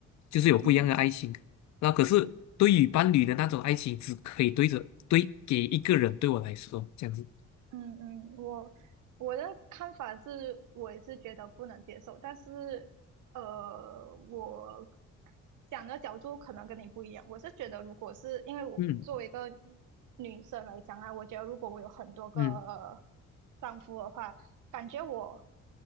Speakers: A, on the left; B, on the right.
A: 就是有不一样的爱情。
B: 嗯。
A: 那可是对于伴侣的那种爱情，只可以对着对给一个人，对我来说这样子。
B: 嗯嗯，我我的看法是，我也是觉得不能接受，但是呃，我想的角度可能跟你不一样。我是觉得，如果是因为我作为一个
A: 嗯
B: 女生来讲啊，我觉得如果我有很多个
A: 嗯
B: 丈夫的话，感觉我